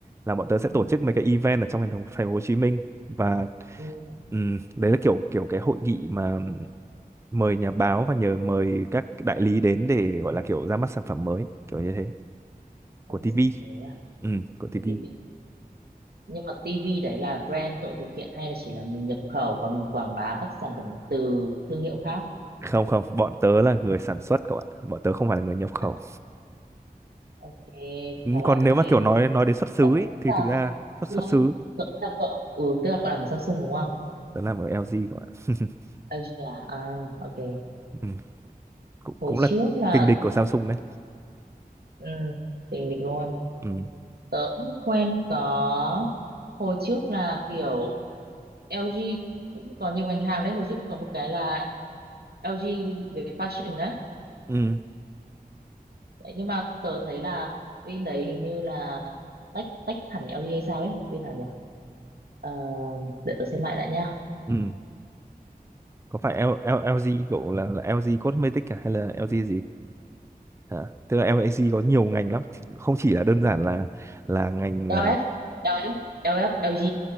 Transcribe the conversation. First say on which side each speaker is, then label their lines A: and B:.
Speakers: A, on the right (about 15°); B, on the right (about 85°).
A: là bọn tớ sẽ
B: ừ,
A: tổ chức mấy cái event ở trong thành phố, thành phố Hồ Chí Minh và
B: ừ.
A: ừm, đấy là kiểu kiểu cái hội nghị mà mời nhà báo và nhờ mời các đại lý đến để gọi là kiểu ra mắt sản phẩm mới kiểu như thế
B: Tấm
A: của TV
B: sản phẩm mới à?
A: ừ của TV
B: Của TV. Nhưng mà TV đấy là brand cậu thực hiện hay là chỉ là mình nhập khẩu và mình quảng bá các sản phẩm từ thương hiệu khác?
A: không không bọn tớ là người sản xuất các bạn bọn tớ không phải là người nhập khẩu
B: À, ok,
A: Ừ,
B: khá là
A: còn nếu
B: hay
A: mà kiểu
B: ha.
A: nói nói đến xuất xứ ý,
B: Tức
A: thì
B: là,
A: thực ra xuất
B: tức
A: xuất
B: là,
A: xứ
B: cậu- cậu- tức là, cậu- ừ, tức là cậu làm một Samsung đúng không?
A: tớ làm ở LG các bạn <laughs>
B: LG à? À, ok.
A: ừ. cũng
B: Hồi
A: cũng là
B: trước là
A: kình địch của Samsung đấy
B: ừ, tình địch luôn.
A: ừ.
B: tớ cũng quen có hồi trước là kiểu LG cũng có nhiều ngành hàng đấy hồi trước cũng có một cái là LG về fashion đấy,
A: Ừ.
B: đấy nhưng mà tớ thấy là bên đấy hình như là tách tách hẳn LG hay sao ấy bên nào nhỉ Ờ, để tớ xem lại đã nha
A: Ừ. có phải L, L, LG cậu là là LG Cosmetics à? hay là LG gì à, tức là LG có nhiều ngành lắm không chỉ là đơn giản là là ngành ờ,
B: LF LF LF LG